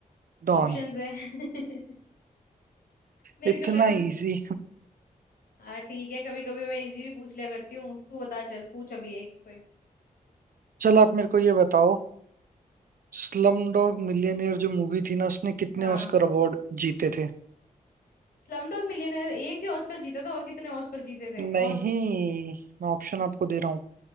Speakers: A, on the right; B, on the left.
A: डॉन
B: ऑप्शंस है <laughs> मेरे
A: इतना
B: को लगा
A: इजी
B: हाँ ठीक है कभी कभी मैं इजी भी पूछ लिया करती हूँ तू बता चल पूछ अभी एक कोई
A: चलो आप मेरे को ये बताओ स्लम डॉग मिलियनेयर जो मूवी थी ना उसने कितने
B: हाँ
A: ऑस्कर अवार्ड जीते थे
B: स्लम डॉग मिलियनेयर एक ही ऑस्कर जीता था और कितने ऑस्कर जीते थे
A: नहीं
B: और
A: मैं ऑप्शन आपको दे रहा हूँ